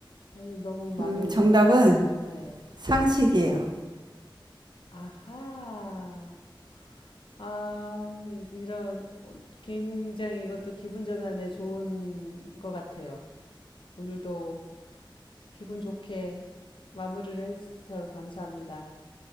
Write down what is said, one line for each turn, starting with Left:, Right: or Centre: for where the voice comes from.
Left: 아니 너무 막연해요
Right: 음, 정답은
Left: 네
Right: 상식이에요.
Left: 아하 아, 이런, 굉장히 이것도 기분 전환에 좋은 것 같아요. 오늘도 기분 좋게 마무리를 해주셔서 감사합니다.